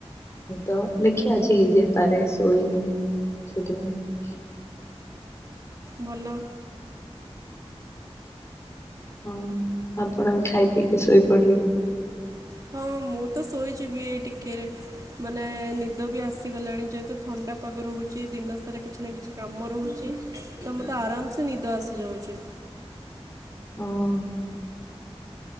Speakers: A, on the left; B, on the right.
A: ତ ଦେଖିଆ ଆଜି ଯେ ପାରେ ଶୋଇନି ସେଇଥିପାଇଁ।
B: ଭଲ।
A: ହଁ ଆପଣ ବି ଖାଇ ପିଇକି ଶୋଇପଡି଼ବେ।
B: ହଁ ମୁଁ ତ ଶୋଇଯିବି ଏଇ ଟିକେରେ ମାନେ ନିଦ ବି ଆସିଗଲାଣି ଯେହେତୁ ଥଣ୍ଡା ପାଗ ରହୁଚି ଦିନ ସାରା କିଛି ନାଁ କିଛି କାମ ରହୁଚି ତ ମତେ ଆରାମସେ ନିଦ ଆସିଯାଉଚି।
A: ହଁ।